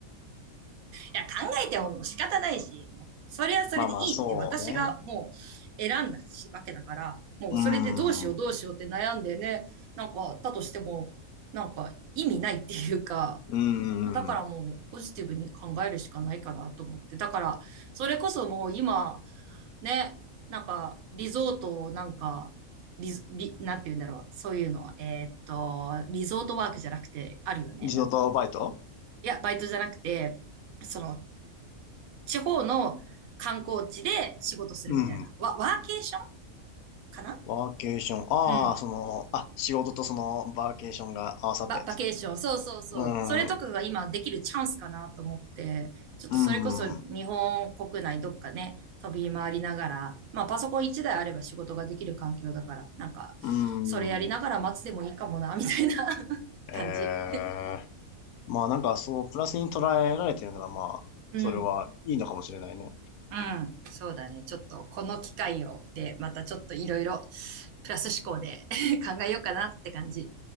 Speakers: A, on the right; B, on the left.
A: や、考えても仕方ないし、それはそれでいいって私がもう選んだしわけだから、
B: まあまあ、そうね。
A: もうそれでどうしようどうしようって悩んでね、
B: うーん。う
A: なんか、だとしても、なんか意味ないっていうか、
B: ーん。
A: だからもうポジティブに考えるしかないかなと思って。だから、それこそもう今、ね、なんか、リゾートをなんか、リゾ、リ、なんて言うんだろう。そういうのは、えーっと、リゾートワークじゃなくて、あるよね、
B: リゾートバイト
A: なんか。いや、バイトじゃなくて、その、地方の観光地で仕事するみたいな。
B: うん。
A: ワ、ワーケーションかな
B: ワーケーション。ああ、
A: うん。
B: その、あ、仕事とその、バーケーションが合わさったやつ。
A: バ、バケーション。そうそうそう。
B: うん。
A: それとかが今できるチャンスかなと思って、
B: う
A: ちょっとそれこそ日本国内どっかね、
B: ん。う
A: 飛び回りながら、まあパソコン一台あれば仕事ができる環境だから、なんか、
B: ん。
A: それやりながら待つでもいいかもな、みたいな <laughs>
B: ええ
A: 感じ。
B: まあなんかそう、プラスに捉えられてるならまあ、
A: うん。
B: それはいいのかもしれないね。
A: うん。そうだね。ちょっとこの機会をで、またちょっといろいろプラス思考で <laughs> 考えようかなって感じ。